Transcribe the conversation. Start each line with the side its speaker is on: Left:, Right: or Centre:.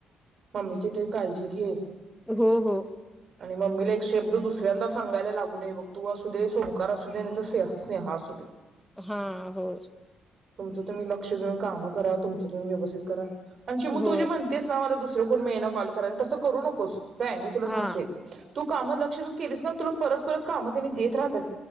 Right: मम्मीची तेन काळजी घे.....
Centre: हो हो
Right: आणि मम्मीला एक शब्द दुसऱ्यांदा सांगायला लागू नये बग तू असू दे, ओंकार असू दे, नाहीतर स्नेहा असू दे.
Centre: हा हो
Right: तुमचं तुम्ही लक्ष देऊन काम करा, तुमचं तुमी व्यवस्थित करा. आणि चिमू
Centre: होय,
Right: तु जे म्हणतेस ना मला दु दुसरं कोण मिळेना कॉल करायल तसं करू नकोस.. काय मी तुला
Centre: हा,
Right: सांगते. तू कामं लक्ष देऊन केलीस ना तुला परत परत कामं त्यांनी देत राहत्यात.